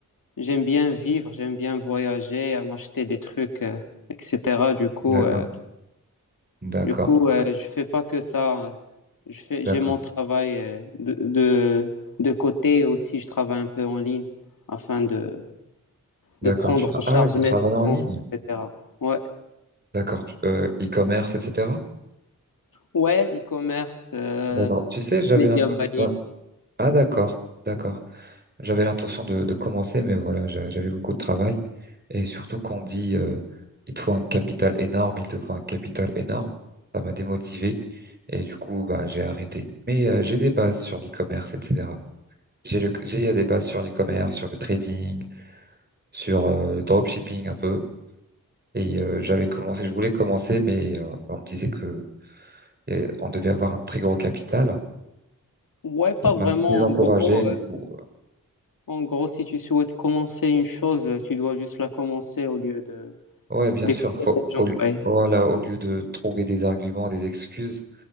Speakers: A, on the left; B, on the right.
A: j'aime bien vivre, j'aime bien voyager, euh, m'acheter des trucs, euh, etc. Du coup,
B: D'accord,
A: euh,
B: d'accord,
A: du coup, euh, je fais pas que ça. hein. Je fais,
B: d'accord,
A: j'ai mon travail euh, de, de, de côté et aussi, je travaille un peu en ligne afin de,
B: d'accord.
A: de prendre
B: Tu tra-
A: en charge
B: Ah ouais, tu
A: mes
B: travailles en
A: dépenses,
B: ligne.
A: etc. Ouais,
B: D'accord, tu- euh, e-commerce, etc.
A: ouais, e-commerce, euh,
B: D'accord. Tu sais, j'avais
A: media
B: l'intention.
A: buying.
B: Ah d'accord, d'accord. J'avais l'intention de, de commencer, mais voilà, j'a- j'avais beaucoup de travail. Et surtout, qu'on dit, euh, il te faut un capital énorme, il te faut un capital énorme, ça m'a démotivé. Et du coup, bah, j'ai arrêté. Mais euh, j'ai des bases sur l'e-commerce, etc. J'ai le- j'ai eu un débat sur l'e-commerce, sur le trading, sur euh, le dropshipping un peu. Et euh, j'avais commencé, je voulais commencer, mais euh, on me disait que euh, on devait avoir un très gros capital.
A: Ouais, pas
B: Ça m'a
A: vraiment.
B: désencouragé,
A: En gros,
B: du
A: euh,
B: coup. euh,
A: en gros, si tu souhaites commencer une chose, euh, tu dois juste la commencer au lieu de
B: Ouais, bien
A: d'écouter
B: sûr. Faut,
A: les gens.
B: au, lieu-
A: Ouais.
B: voilà, au lieu de trouver des arguments, des excuses.